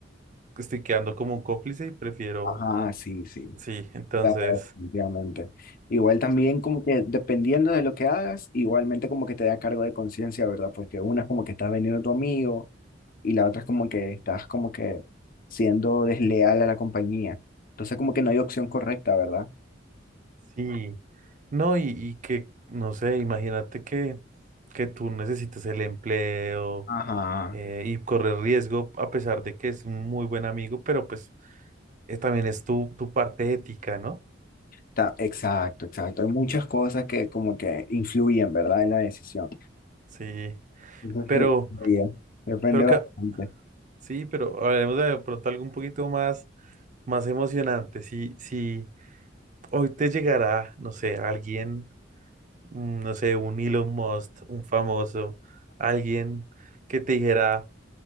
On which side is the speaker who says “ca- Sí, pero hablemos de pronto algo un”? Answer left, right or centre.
Right